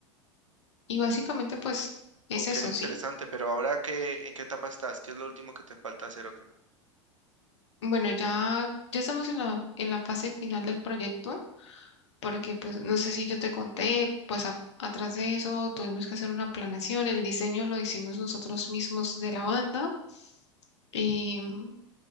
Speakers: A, on the left (about 65°); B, on the right (about 85°).
A: Y básicamente pues es
B: Ok,
A: eso,
B: interesante,
A: ¿sí?
B: pero ahora qué, ¿en qué etapa estás? ¿Qué es lo último que te falta hacer o qué?
A: Bueno, ya, ya estamos en la, en la fase final del proyecto, porque pues no sé si yo te conté, pues a- atrás de eso tuvimos que hacer una planeación, el diseño lo hicimos nosotros mismos de la banda, y mm,